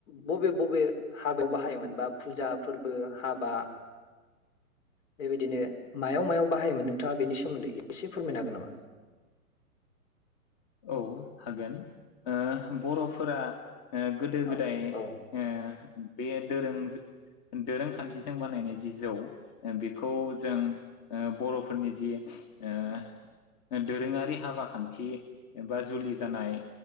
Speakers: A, on the left; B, on the left.
A: बबे बबे हाबायाव बाहायोमोन बा फुजा फोरबो, हाबा, बेबायदिनो मायाव -मायाव बाहायोमोन नोंथाङा बेनि सोमोन्दै एसे फोरमायनो हागोन नामा?
B: औ हागोन ओ बर'फोरा ओ गोदो गोदाय
A: औ औ
B: ओ बे दोरों ज दोरोंखान्थिजों बानायनाय जि जौ ओ बेखौ जों ओ बर'फोरनि जि ओ दोरोङारि हाबा खान्थि एबा जुलि जानाय